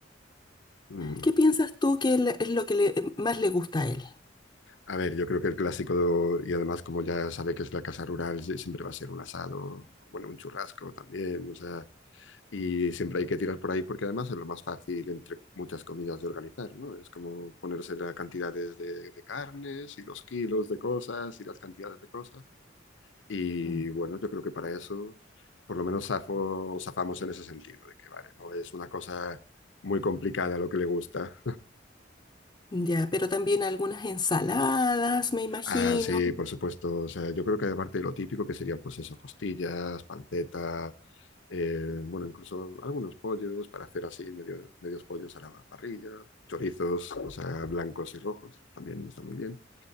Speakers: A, on the left (about 70°); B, on the left (about 25°).
A: Mm.
B: ¿Qué piensas tú que le- es lo que le- más le gusta a él?
A: A ver, yo creo que el clásico, y además como ya sabe que es la casa rural, sí, siempre va a ser un asado, bueno, un churrasco también, o sea, Y siempre hay que tirar por ahí porque además es lo más fácil, entre muchas comillas, de organizar, ¿no? Es como ponerse las cantidades de, de carnes y los kilos de cosas y las cantidades de cosas. Y
B: Mm,
A: bueno, yo creo que para eso, por lo menos zafo, zafamos en ese sentido, de que vale, no es una cosa muy complicada lo que le gusta.
B: Ya, pero también algunas ensaladas, me imagino.
A: Ah, sí, por supuesto. O sea, yo creo que aparte de lo típico que serían, pues eso, costillas, panceta, eh, bueno, incluso algunos pollos para hacer así medio- medios pollos a la parrilla, chorizos, o sea, blancos y rojos, también está muy bien.